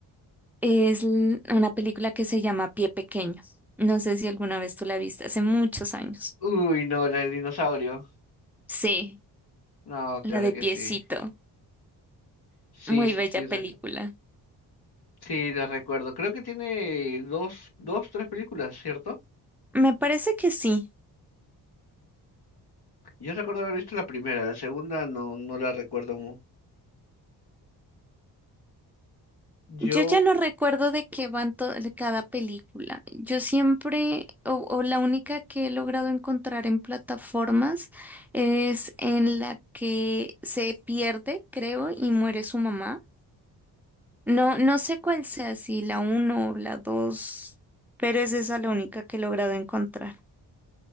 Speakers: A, in the centre; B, on the left.
A: Es l- una película que se llama Pie Pequeño. No sé si alguna vez tú la viste, hace muchos años.
B: Uy, no, la del dinosaurio.
A: Sí.
B: No,
A: La
B: claro
A: de
B: que
A: Piecito.
B: sí. Sí,
A: Muy
B: sí,
A: bella
B: sí,
A: película.
B: re- sí, la recuerdo. Creo que tiene dos, dos, tres películas, ¿cierto?
A: Me parece que sí.
B: Yo recuerdo haber visto la primera, la segunda no, no la recuerdo mucho. Yo,
A: Yo ya no recuerdo de qué van to- de cada película. Yo siempre, o, o la única que he logrado encontrar en plataformas es en la que se pierde, creo, y muere su mamá. No, no sé cuál sea, si la uno o la dos, pero es esa la única que he logrado encontrar.